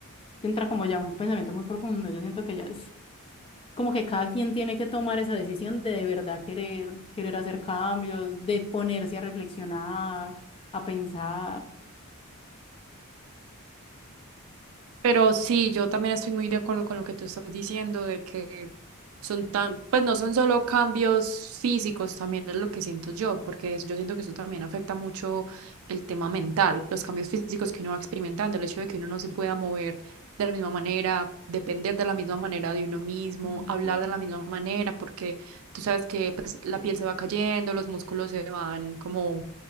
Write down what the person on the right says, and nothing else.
Pero sí, yo también estoy muy de acuerdo con lo que tú estás diciendo, de que son tan, pues no son solo cambios físicos, también es lo que siento yo, porque es- yo siento que eso también afecta mucho el tema mental, los cambios físicos que uno va experimentando, el hecho de que uno no se pueda mover de la misma manera, depender de la misma manera de uno mismo,
hablar de la misma manera, porque tú sabes que pues, la piel se va cayendo, los músculos se van como